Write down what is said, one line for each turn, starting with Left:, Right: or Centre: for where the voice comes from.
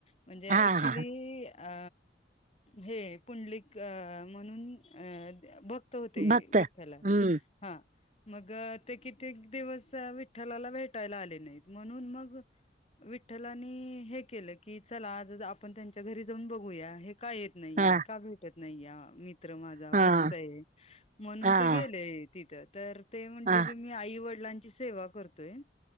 Left: म्हणजे
Right: हा
Left: ऍक्च्युली
Right: हा
Left: अ हे पुंडलिक म्हणून भक्त होते,
Right: भक्त
Left: विठ्ठला
Right: हम्म
Left: गत ते कितीेक दिवस विठ्ठलाला भेटायला आले नाहीत, म्हणून मग विठ्ठलानी हे केलं की चला आज आपण त्यांच्या घरी जाऊन बघूया हे का येत नाही
Right: हा
Left: यात, का भेटत नाही या मी मित्र माझा
Right: हा
Left: भक्त आहे, म्हणून
Right: हा
Left: ते गेले तिथ तर ते म्हटले,
Right: हा
Left: की मी आई वडिलांची सेवा करतोय